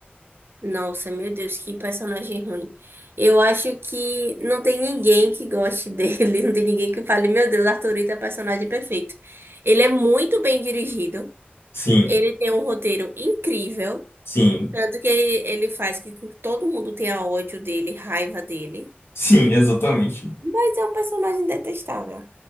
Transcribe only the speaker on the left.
Sim,
sim,
sim, exatamente.